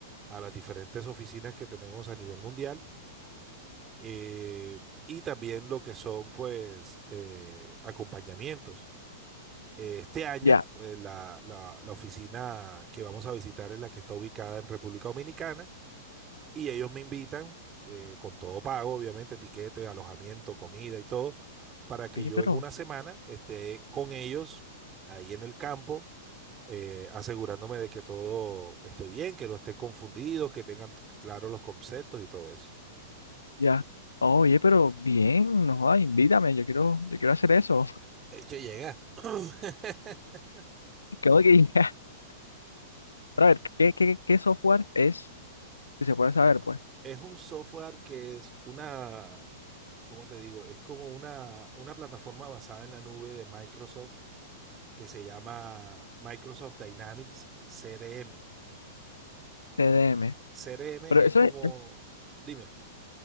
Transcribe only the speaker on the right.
a las diferentes oficinas que tenemos a nivel mundial eh, y también lo que son pues eh, acompañamientos. Eh, Este año,
eh, la, la la oficina que vamos a visitar es la que está ubicada en República Dominicana y ellos me invitan, eh, con todo pago, obviamente, tiquete, alojamiento, comida y todo, para que
yo
en una semana esté con ellos ahí en el campo, eh, asegurándome de que todo esté bien, que no esté confundido, que tengan claros los conceptos y todo eso.
De hecho, llega. <clears throat> <laughs>
Es un software que es una, ¿cómo te digo? Es como una, una plataforma basada en la nube de Microsoft que se llama Microsoft Dynamics CRM.
C R M
es como,
dime,